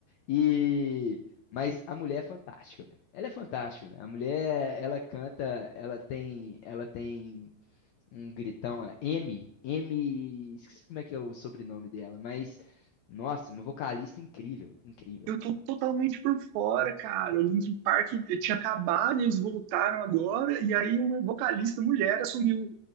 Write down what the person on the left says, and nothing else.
e mas a mulher é fantástica, velho. Ela é fantástica, velho. A mulher, ela canta, ela tem, ela tem um gritão, a M, M, esqueci como é que é o sobrenome dela, mas nossa, uma vocalista incrível, incrível.